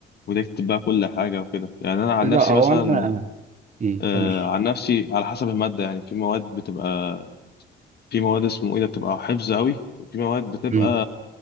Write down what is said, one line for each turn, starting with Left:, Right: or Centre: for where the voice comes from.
Left: وتكتب بقى كل حاجه وكده يعني انا عن
Right: لا
Left: نفسي
Right: هو
Left: مثلا
Right: أنا أمم،
Left: آه،
Right: قول
Left: عن نفسي على حسب المادة يعني في مواد بتبقى في مواد اسمه ايه ده بتبقى حفظ قوي وفي مواد بتبقى
Right: أمم،